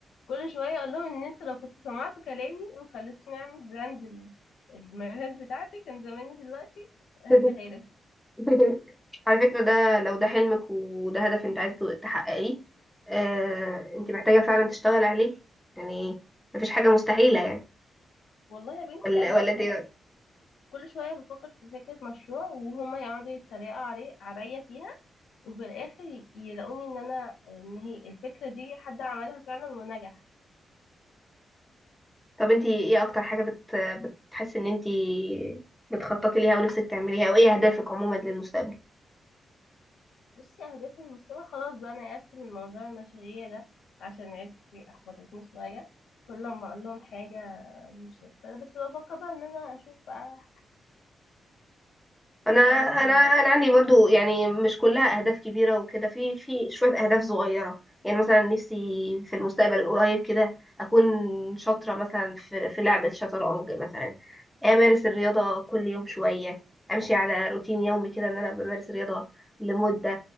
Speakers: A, on the left (about 80°); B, in the centre.
A: كل شوية اقول لهم ان انتوا لو كنتوا سمعتوا كلامي وخليتوني اعمل براند ال- المايوهات بتاعتي كان زماني دلوقتي هادية
B: <laughs>
A: غالب
B: <laughs> على فكرة ده لو ده حلمك وده هدف انت عايزة تحققيه آه، انت محتاجة فعلا تشتغل عليه يعني مفيش حاجة مستحيلة يعني
A: والله يا بنتي
B: ولا
A: انا
B: ولا
A: اصلا
B: انت
A: كل شوية بفكر في فكرة مشروع وهما يقعدوا يتريقوا علي عليا فيها وفي الاخر ي- يلاقوني ان انا ان هي الفكرة دي حد عملها فعلا ونجح
B: طب انت ايه اكتر حاجة بت... بتحس ان انت بتخططي ليها ونفسك تعمليها او ايه اهدافك عموما للمستقبل
A: بصي أهدافي المستقبل خلاص بقى أنا يأست من موضوع المشاريع ده عشان عيلتي أحبطتني شوية كل ما أقول لهم حاجة مش بس بفكر بقى إن أنا أشوف بقى
B: انا
A: فريلانس وال-
B: انا انا عندي برضو يعني مش كلها اهداف كبيره وكده في في شويه اهداف صغيره يعني مثلا نفسي في المستقبل القريب كده اكون شاطره مثلا في في لعب الشطرنج مثلا امارس الرياضه كل يوم شويه امشي على روتين يومي كده ان انا بمارس رياضه لمده